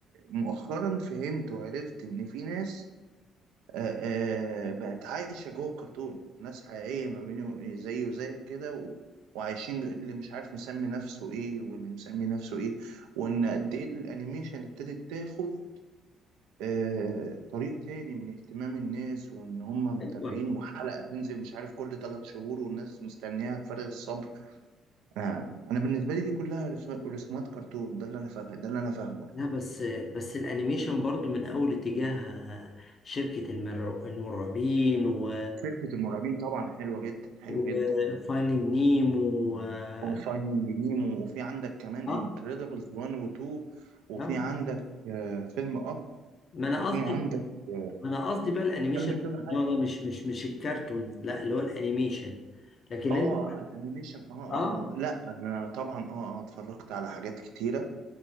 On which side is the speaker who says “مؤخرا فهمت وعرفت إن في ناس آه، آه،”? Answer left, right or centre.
Right